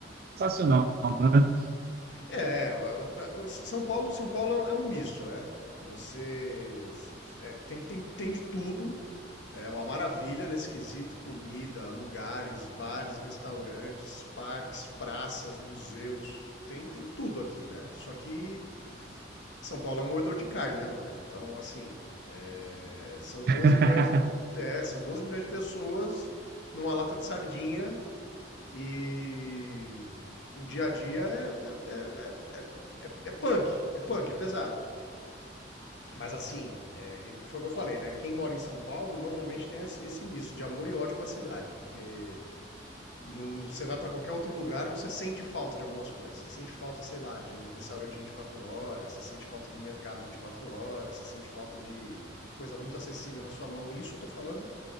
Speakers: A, on the right; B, on the left.
A: sensacional. Né?
B: É, São Paulo, São Paulo é um misto, né? Você é, tem, tem, tem de tudo. É uma maravilha nesse quesito: comida, lugares, bares, restaurantes, parques, praças, museus. Tem, tem tudo aqui, né? Só que São Paulo é um moedor de carne, né, meu velho? Então, assim, é, são doze
A: <laughs>
B: milhões de, é, são 12 milhões de pessoas numa lata de sardinha e o dia a dia é, é- é- é é, é punk, é punk, é pesado. Mas assim, é, foi o que eu falei, né? Quem mora em São Paulo normalmente tem esse, esse misto de amor e ódio com a cidade, porque não, você vai para qualquer outro lugar, você sente falta de algumas coisas. Você sente falta, sei lá, de um restaurante 24 horas, você sente falta de um mercado 24 horas, você sente falta de uma coisa muito acessível na sua mão. Isso eu tô falando